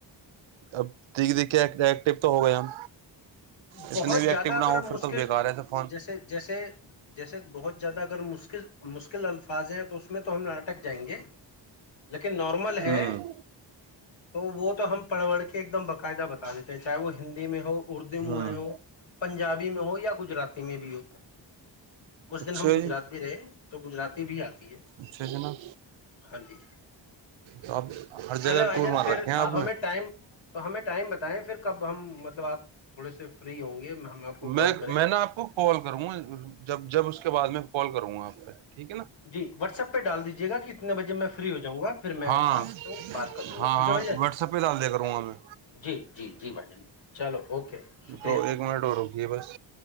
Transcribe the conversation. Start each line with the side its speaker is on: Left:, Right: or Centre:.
Right: اب دیک دیکھ کے ایکٹو تو ہو گئے ہم اتنے
Left: بہت
Right: بھی
Left: زیادہ
Right: ایکٹو نہ
Left: اگر
Right: ہو
Left: ہم
Right: پھر
Left: مشکل
Right: تو بےیکار ہے تو فون
Left: جیسے جیسے جیسے بہت جد کر م <unintelligible> اس مشکل الفاظ ہیں تو اس میں تو ہم ناٹک جائیں گے لیکن نارمل
Right: ہوں
Left: ہے تو وہ تو ہم پڑوڑ کے ایک دم باعدہ بتا دیتے ہیں چاہے وہ ہندی میں ہو م
Right: ہوں
Left: ہو پنجابی میں ہو یا گجرات میں بھی ہو کچھ
Right: اچھا
Left: دن ہم گجرات
Right: جی
Left: بھی رہے تو گجرات بھی آتی ہے
Right: اچھا جناب
Left: ہاں جی
Right: تو آپ ہر جگہ
Left: چلے بھائی
Right: ٹور
Left: جان
Right: مار
Left: پھر
Right: رکھے ہیں
Left: آپ ہمیں
Right: نے
Left: ٹائم تو ہمیں ٹائم بتا بتائ پھر کب ہم مطلب آپ سے فری ہوں گے ہم آپ کو
Right: میں
Left: کال کریں
Right: میں نا آپ کو کال کروں گا جب جب اس اس کے بع میں کال کروں گا آپ ٹھیک پہ ہے نا
Left: جی واٹس ایپ پہ ڈال دیجیے گا کتنے بجے میں فری ہو جاں گا پھر میں
Right: ہاں
Left: آپ سے بات کر لوں
Right: ہاں
Left: گا ٹھیک
Right: ہاں
Left: ہے بھائی جان
Right: واٹسپ پہ ڈال دیا کروں گا میں
Left: جی جی جی بھائی جان چلو اوکے شکریہ
Right: تو ایک منٹ اور رکیے بس